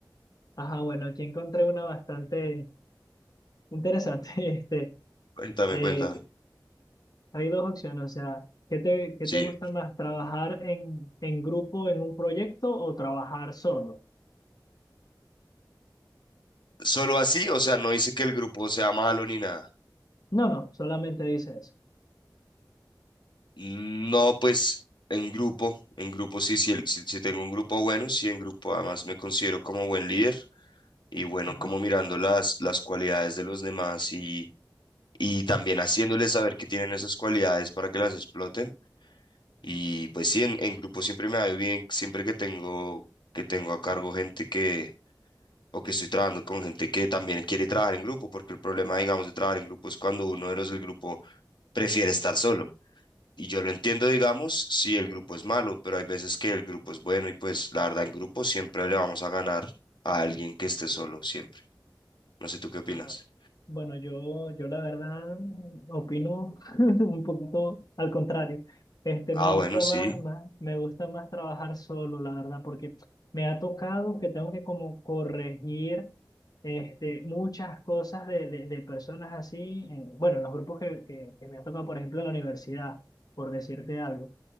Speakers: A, on the left; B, on the left.
A: Ajá, bueno, aquí encontré una bastante interesante. <laughs> Este,
B: Cuéntame,
A: eh,
B: cuéntame.
A: que- hay dos opciones, o sea, ¿qué te, qué
B: Sí.
A: te gusta más? ¿Trabajar en, en grupo en un proyecto o trabajar solo?
B: Solo así, o sea, no dice que el grupo sea malo ni nada.
A: No, no, solamente dice eso.
B: No, pues en grupo, en grupo sí, sí, el- sí, sí tengo un grupo bueno, sí, en grupo además me considero como buen líder y bueno,
A: Ajá.
B: como mirando las, las cualidades de los demás y, y también haciéndoles saber que tienen esas cualidades para que las exploten. Y pues sí, en, en grupo siempre me va bien, siempre que tengo, que tengo a cargo gente que, o que estoy trabajando con gente que también quiere trabajar en grupo, porque el problema, digamos, de trabajar en grupo es cuando uno de los del grupo prefiere estar solo. Y yo lo entiendo, digamos, si el grupo es malo, pero hay veces que el grupo es bueno y pues la verdad en grupo siempre le vamos a ganar a alguien que esté solo, siempre. No sé, ¿tú qué opinas?
A: Ah, Bueno, yo, yo la verdad opino <laughs> un poquito al contrario. Este,
B: Ah,
A: me gusta
B: bueno, sí.
A: más, más, me gusta más trabajar solo, la verdad, porque me ha tocado que tengo que como corregir este, muchas cosas de, de, de personas así, en- bueno, en los grupos que, que, que me ha tocado, por ejemplo, en la universidad, por decirte algo.